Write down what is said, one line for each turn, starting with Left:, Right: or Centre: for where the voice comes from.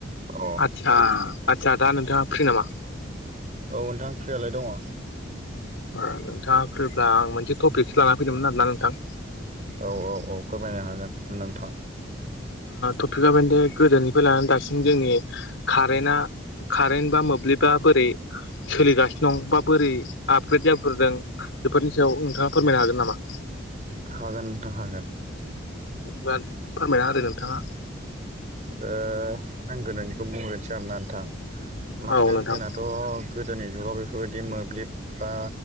Right: अ
Left: आ दा आदसा दा नोंथाङा फ्रि नामा
Right: औ नोंथां फ्रियालाय दङ
Left: ओ नोंथाङा फ्रिब्ला आं मोनसे टपिकसो लानानै फैदोंमोन आरोना नोंथां
Right: औ औ औ फोरमायनो हागोन नोंथां
Left: टपिकआ बेनोदि गोदोनिफ्राय लानानै दासिम जोंनि कारेन्टआ कारेन्ट बा मोब्लिबा बोरै सोलिगासिनो दं बा बोरै आपग्रेड जाबोदों बेफोरनि सायाव नोंथाङा फोरमायनो हागोन नामा
Right: हागोन नोंथां हागोन
Left: बाद फोरमायना होदो नोंथाङा
Right: ओ आं गोनोनिखौ बुंग्रोनोसै आरोना नोंथां मा
Left: औ
Right: होनो
Left: नोंथां
Right: जोंना थ' गोदोनि जुगाव बेफोरबायदि मोब्लिब बा